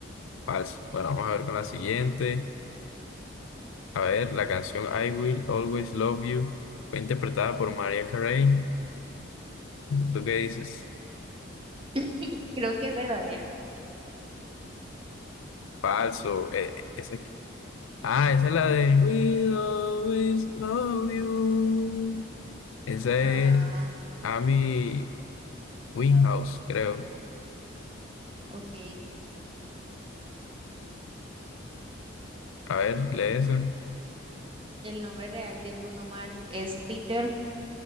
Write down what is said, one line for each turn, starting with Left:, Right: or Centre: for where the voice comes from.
Left: falso. Bueno, vamos a ver con la siguiente. A ver, la canción I Will Always Love You fue interpretada por Mariah Carey. ¿Tú qué dices?
Right: <laughs> Creo que es verdadero.
Left: Falso. Eh, esa Ah, esa es la de We'll always love you. Esa
Right: Ah,
Left: es Amy Winehouse, creo.
Right: ok.
Left: A ver, lee esa.
Right: El nombre real de Bruno Mars es Peter.